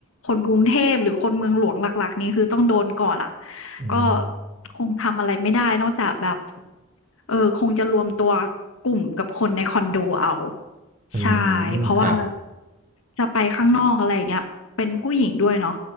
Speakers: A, on the left; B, on the right.
A: คนกรุงเทพหรือคนเมืองหลวงหลักๆนี้คือต้องโดนก่อนอะ
B: อืม
A: ก็คงทำอะไรไม่ได้นอกจากแบบเออคงจะรวมตัวกลุ่มกับคนในคอนโดเอา
B: อืมครับ
A: ใช่เพราะว่าจะไปข้างนอกอะไรอย่างเงี้ยเป็นผู้หญิงด้วยเนาะ